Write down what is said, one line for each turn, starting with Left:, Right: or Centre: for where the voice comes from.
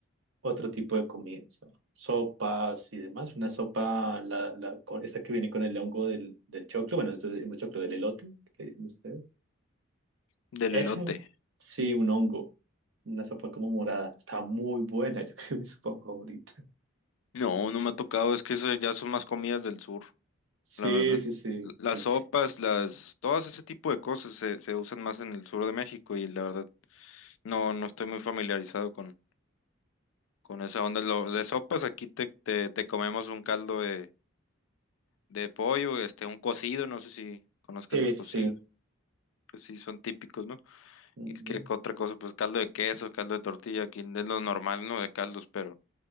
Right: otro tipo de comida, o sea, sopas y demás. Una sopa, la, la, con- esta que viene con el hongo del, del choclo, bueno, nosotros decimos choclo del elote, que le dicen ustedes.
Left: Del
Right: Eso,
Left: elote.
Right: sí, un hongo, una sopa como morada. Está muy buena, <laughs> yo creo que es mi sopa favorita.
Left: No, no me ha tocado. Es que eso ya son más comidas del sur,
Right: Sí,
Left: la verdad.
Right: sí, sí,
Left: Las
Right: sí,
Left: sopas, las, todas ese tipo de cosas se, se usan más en el sur de México y la verdad no, no estoy muy familiarizado con, con esa onda. Lo, de sopas aquí te, te, te comemos un caldo de, de pollo, este, un cocido, no sé si conozcas
Right: sí,
Left: los
Right: sí,
Left: cocidos,
Right: sí.
Left: que sí son típicos, ¿no?
Right: Ujú.
Left: Y es que otra cosa, pues caldo de queso, caldo de tortilla, aquí es lo normal, ¿no? De caldos, pero,